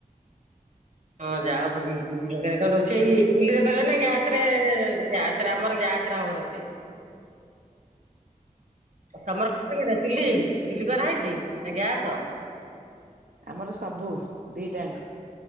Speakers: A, on the right; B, on the right.
A: ହଁ ଯାଅ ଭୋଜି କି <unintelligible> କଣ ରୋଷେଇ ଚୁଲିରେ କରିବ ନା ଗ୍ୟାସରେ ଗ୍ୟାସରେ ଆମର ଗ୍ୟାସ ହେରା ହବ ରୋଷେଇ। ତମର <unintelligible> ଚୁଲି ଚୁଲି କରାହେଇଚି ନା ଗ୍ୟାସ?
B: ଆମର ସବୁ ଦିଇଟାଙ୍କ।